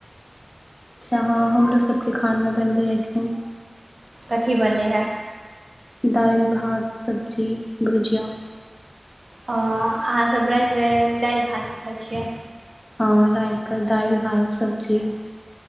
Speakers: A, on the left; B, on the right.
A: अच्छा हँ हमरो सबके खाना बनलै एखन
B: कथी बनलैहैं
A: दालि, भात, सब्जी, भुजिया‌।
B: हॅं अहाँसभ रातिमे दालि भात खाइ छियै?
A: हँ रातिकऽ दालि, भात, सब्जी